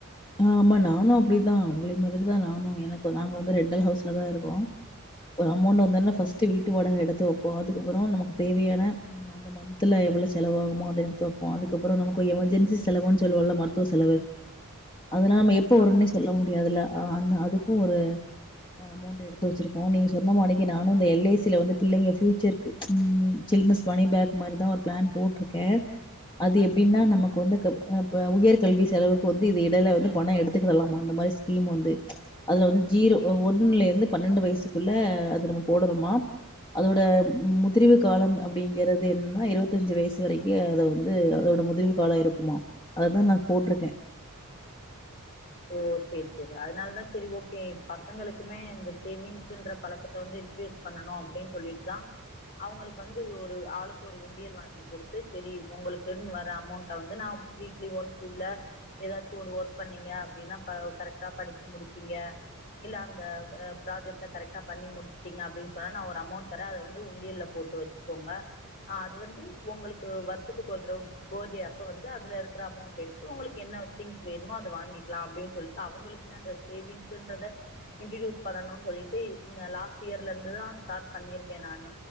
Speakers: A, on the left (about 20°); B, on the left (about 50°).
A: ஆ ஆமா நானு அப்டிதா உங்கிளி மாதிரி தா நானு எனக்கு நாங்க வந்து ரெண்டல் ஹவுஸ்ல தா இருக்கோ ஒரு அமௌண்ட் வந்தொன ஃபஸ்ட் வீட்டு வாடக எடுத்து வைப்போ அதுக்கப்புற நமக்கு தேவையான அந்த மந்த் த்துல எவ்வள செலவாகுமோ அத எடுத்துவைப்போ அதுக்கப்பற நமக் ஒரு எமர்ஜென்சி செலவுன்னு சொல்லுவோல்ல மருத்துவ செலவு அதெல்ல நம்ம எப்ப
B: ஆ
A: வருன்னே சொல்ல முடியாதுல அ அந்த அதுக்கு ஒரு அமௌண்ட் எடுத் எடுத்து வச்சிருக்கோம் நீங்க சொன்ன மாடிக்கு நானும் எல் ஐ சில வந்து பிள்ளைங்க பியூச்சர்க்கு சில்னஸ் மணி பேக் மாதிரிதா ஒரு பிளான் போட்டிருக்கேன் அது எப்படின்னா நமக்கு வந்து க இப்ப உயர்கல்வி செலவுக்கு வந்து இது இடையல வந்து பணம் எடுத்துக்கிடலாம் அந்த மாதிரி ஸ்கீம் வந்து அதுல வந்து ஜீரோ ஒண்ணுல இருந்து பன்னெண்டு வயசுக்குள்ள அது நம்ம போடனு மா அதோட முதிர்வு காலம் அப்படிங்கறது என்னன்னா இருபத்தஞ்சு வயசு வரைக்கும் அதை வந்து அதோட முதிர்வு கால இருக்குமா அததா நா போட்டிருக்கேன்
B: ஓ சேரி சேரி அதனால தான் சேரி ஓகே பசங்களுக்குமே இந்த சேவிங்ஸ்ன்ற பழக்கத்த வந்து இன்டிடியூஸ் பண்ணணும் அப்படின்னு சொல்லிட்டு தான் அவங்களுக்கு வந்து ஒரு ஆளுக்கு ஒரு உண்டியல் வாங்கி கொடுத்து செரி உங்களுக்குன்னு வர அமௌண்ட வந்து நா வீக்லி ஒன்ஸ் இதுல ஏதாச்சும் ஒரு ஒர்க் பண்ணீங்க அப்படின்னா ப கரெக்டா படிச்சு முடிச்சீங்க இல்லை அந்த ப ப்ராஜெக்ட் கரெக்டா பண்ணி முடிச்சுட்டிங்க அப்படின்னு சொன்னா நான் ஒரு அமௌண்ட் தரன் அத வந்து உண்டியல்ல போட்டு வச்சு ங்கோங்க அது வந்து உங்களுக்கு வருஷத்துக்கு ஒரு தடவ பர்த்டே அப்ப வந்து அதுல இருக்கிற அமௌண்ட் எடுத்து உங்களுக்கு என்ன திங்ஸ் வேணுமோ அத வாங்கிக்கலாம் அப்படின்னு சொல்லிட்டு அவங்களுக்குமே அந்த சேவிங்ஸ்ன்றத இன்டியூஸ் பண்ணணும சொல்லிட்டு இந்த லாஸ்ட் இயர்ல இருந்துான் ஸ்டார்ட் பண்ணிருக்கேன் நானு